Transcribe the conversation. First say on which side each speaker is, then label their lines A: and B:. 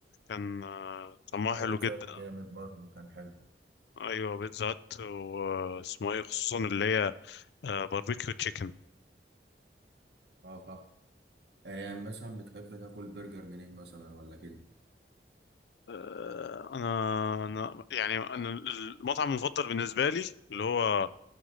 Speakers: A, on the left (about 65°); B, on the right (about 65°).
A: كان آه طعمها
B: اه
A: حلو
B: بيتزا
A: جدا
B: هات جامد برضه كان حلو
A: ايوه بيتزا هت واسمه ايه خصوصا اللي هي آه باربيكيو تشيكن
B: اه فا آه، مثلا بتحب تاكل برجر منين مثلا ولا كده
A: آه انا انا يعني انا المطعم المفضل بالنسبه لي اللي هو